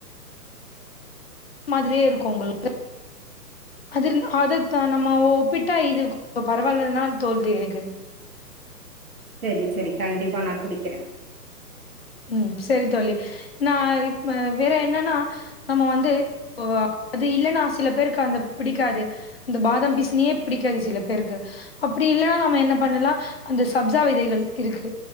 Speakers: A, on the left; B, on the right.
A: மாதிரியே இருக்கு உங்க <inaudible> அதுர்ன அது தா நம்மோ ஓ ஒப்பிட்டா இது பரவாயில்லன் தா தோன்து எனக்கு
B: செரி செரி கண்டிப்பா நான குடிக்கிறே
A: ம் சரி தோழ்ழி நா இப்ப வேற என்னன்னா நம்ம வந்து இப்போ அது இல்லன்னா சில பேருக்கு அந்த பிடிக்காது இந்த பாதாம் பீசினியே புடிக்காது சில பேருக்கு அப்டி இல்லன்னா நம்ம என்ன பண்ணலா அந்த சப்ஜா விதைகள் இருக்கு